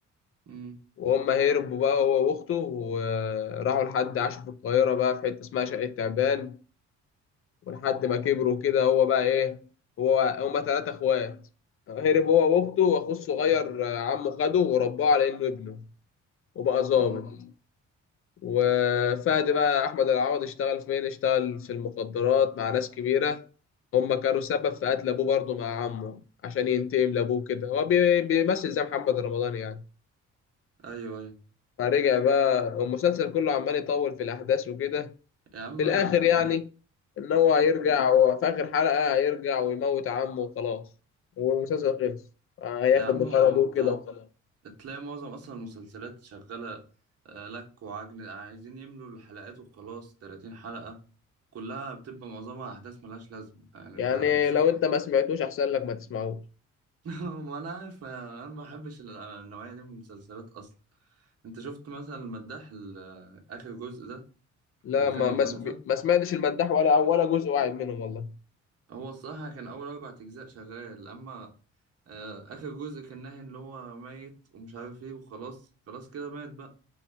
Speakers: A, on the right (about 50°); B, on the left (about 45°).
A: امم
B: وهم هربوا بقى هو واخته وراحوا لحد عاشوا في القاهره بقى في حته اسمها شقه تعبان ولحد ما كبروا كده هو بقى ايه هو هما ثلاثة اخوات هرب هو واخته واخوه الصغير آه، عمه خده ورباه على انه ابنه وبقى ظابط
A: امم
B: وفهد بقى احمد العوضي اشتغل فين اشتغل في المخدرات مع ناس كبيره هم كانوا سبب في قتل ابوه برضه مع عمه عشان ينتقم لابوه كده هو بي- بيمثل زي محمد رمضان يعني
A: أيوه أيوه
B: فرجع بقى والمسلسل كله عمال يطول في الاحداث وكده
A: يا عم
B: في الاخر
A: الم...
B: يعني ان هو هيرجع وفي اخر حلقه هيرجع ويموت عمه وخلاص والمسلسل خلص هياخد
A: يا عم
B: بطار
A: هو
B: ابوه
A: أنت
B: كده وخلاص
A: تلاقي معظم اصلا المسلسلات شغاله آه، لك وعجن عايزين يملوا الحلقات وخلاص 30 حلقه كلها بتبقى معظمها احداث ملهاش لازمه يعني
B: يعني
A: انت انت شفت
B: لو انت ما سمعتوش احسن لك ما تسمعوش
A: <laughs> ما انا عارف انا ما بحبش ال- النوعيه دي من المسلسلات اصلا انت شفت مثلا المداح ال- آه، اخر جزء ده
B: لا
A: اللي
B: ما
A: كان رمضان
B: ما سم-
A: اللي فات
B: ما سمعتش المداح ولا ولا جزء واحد منهم والله
A: هو الصراحه كان اول اربع اجزاء شغال اما آه، اخر جزء كان ناهي اللي هو ميت ومش عارف ايه وخلاص خلاص كده مات بقى